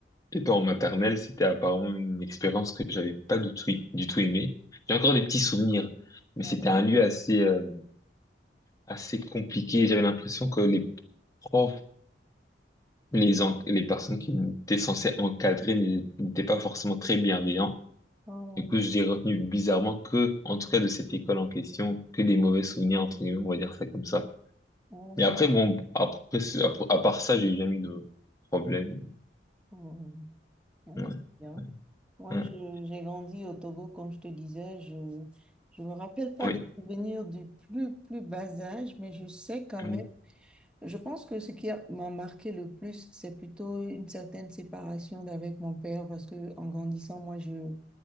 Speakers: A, on the left; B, in the centre.
A: étant en maternelle, c'était apparemment une expérience que j'avais pas du tout du tout aimée. J'ai encore des petits souvenirs, mais
B: Ah
A: c'était
B: ouais?
A: un lieu assez euh, assez compliqué. J'avais l'impression que les profs les, en- les personnes qui étaient censées encadrer n'é- n'étaient pas forcément très bienveillants.
B: Oh,
A: Du coup, j'ai retenu bizarrement que, en tout cas de cette école en question, que des mauvais souvenirs, entre guillemets, on va dire ça comme ça.
B: oh,
A: Mais
B: c'est
A: après, bon, après, c'est- après- à part ça, j'ai jamais eu de problème.
B: oh, ah ouais,
A: Ouais,
B: c'est bien. Moi,
A: ouais,
B: je- j'ai grandi au Togo, comme je te disais. Je ne me rappelle pas
A: ouais.
B: des
A: oui.
B: souvenirs du plus, plus bas âge, mais je sais quand
A: mhm,
B: même. Je pense que ce qui a- m'a marqué le plus, c'est plutôt une certaine séparation d'avec mon père parce que en grandissant, moi, je,